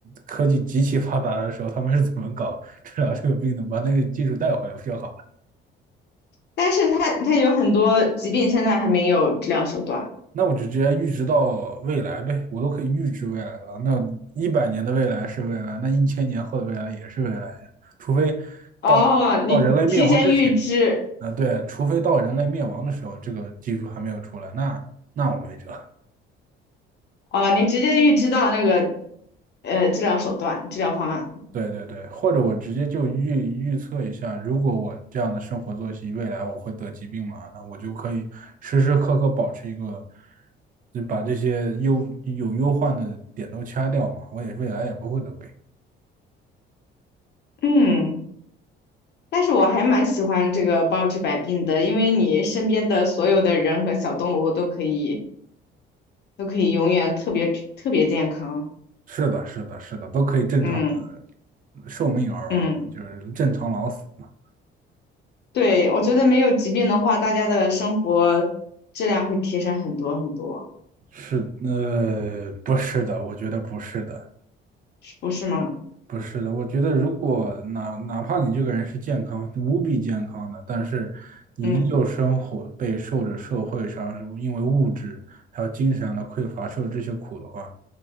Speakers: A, on the right; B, on the left.
A: 科技极其发达的时候，他们是怎么搞治疗这个病的，把那个技术带回来不就好了？
B: 但是它它有很多疾病现在还没有治疗手段。
A: 那我就直接预知到未来呗，我都可以预知未来了。那一百年的未来是未来，那一千年后的未来也是未来呀，除非
B: 哦，
A: 到到人类灭亡之前，
B: 你提前预知，
A: 啊，对，除非到人类灭亡的时候，这个技术还没有出来，那那我没辙。
B: 啊，你直接预知到那个呃治疗手段、治疗方案。
A: 对对对，或者我直接就预预测一下，如果我这样的生活作息，未来我会得疾病嘛？那我就可以时时刻刻保持一个，就把这些忧有忧患的点都掐掉嘛，我也未来也不会得病。
B: 嗯，但是我还蛮喜欢这个包治百病的，因为你身边的所有的人和小动物都可以都可以永远特别特别健康。
A: 是的，是的，是的，都可以正常
B: 嗯
A: 寿命而亡就是正常老死嘛。
B: 嗯，对，我觉得没有疾病的话，大家的生活质量会提升很多很多，
A: 是，呃，不是的，我觉得不是的。
B: 是不是吗？
A: 不是的，我觉得如果哪哪怕你这个人是健康，无比健康的，但是你依旧生活备受着社会上因为物质还有精神上的匮乏受这些苦的话，
B: 嗯，